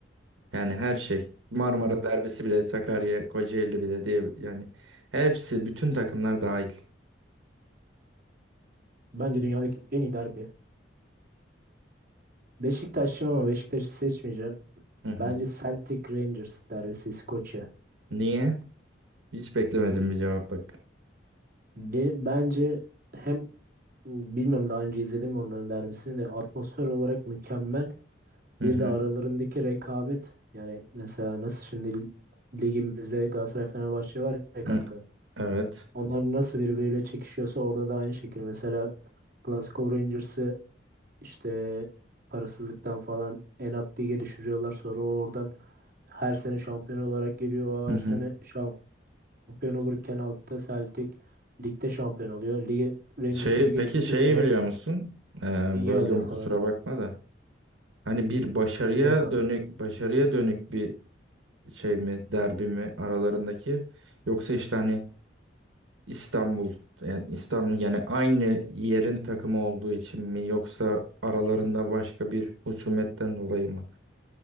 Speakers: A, on the right; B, on the right.
A: Yani her şey. Marmara
B: Hmm.
A: derbisi bile, Sakarya, Kocaeli bile diye yani hepsi bütün takımlar dahil.
B: Bence dünyadaki en iyi derbi. Beşiktaş'ım ama Beşiktaş'ı seçmeyeceğim.
A: Hı hı.
B: Bence Celtic Rangers derbisi İskoçya.
A: Niye? Hiç beklemedim bir cevap bak.
B: Be- Bence hem bilmem daha önce izledim mi onların derbisini de atmosfer olarak mükemmel. Bir
A: Hı hı.
B: de aralarındaki rekabet. Yani mesela nasıl şimdi ligimizde Galatasaray Fenerbahçe var ya kanka.
A: Hı. Evet.
B: Onlar nasıl birbiriyle çekişiyorsa orada da aynı şekilde. Mesela Glasgow Rangers'ı işte parasızlıktan falan en alt lige düşürüyorlar. Sonra o oradan her sene şampiyon olarak geliyor. O
A: Hı
B: her
A: hı.
B: sene şampiyon olurken altta Celtic ligde şampiyon oluyor. Lige, Rangers
A: Şeyi,
B: lige
A: peki
B: çıktı
A: şeyi
B: sene
A: biliyor musun? Ee,
B: ligi
A: böldüm
B: alıyor falan.
A: kusura bakma da. Hani bir başarıya
B: Sıkıntı yok kanka.
A: dönük başarıya dönük bir şey mi derbi mi aralarındaki yoksa işte hani İstanbul yani İstanbul yani aynı yerin takımı olduğu için mi yoksa aralarında başka bir husumetten dolayı mı